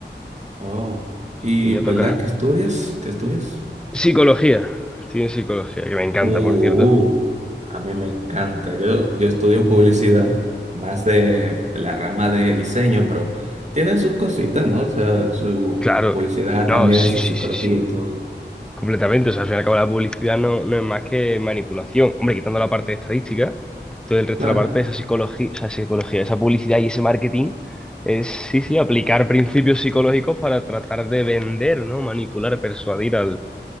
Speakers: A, on the right (about 40°); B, in the centre.
A: Oh, ¿y
B: y ya
A: verdad
B: toca.
A: que estudias? ¿Qué estudias?
B: Psicología. Estoy en psicología, que me encanta,
A: Uh,
B: por cierto.
A: A mí me encanta. Yo, yo estudio publicidad, más de la rama de diseño, pero tienen sus cositas, ¿no? O sea, su
B: Claro.
A: publicidad
B: No,
A: también,
B: sí,
A: su
B: sí,
A: psicología
B: sí, sí.
A: y todo.
B: Completamente, o sea, al fin y al cabo la publicidad no, no es más que manipulación. Hombre, quitando la parte de estadística, todo el resto
A: Claro.
B: de la parte de esa psicología, esa psicología, esa publicidad y ese marketing es, sí, sí, aplicar principios psicológicos para tratar de vender, ¿no? Manipular, persuadir al,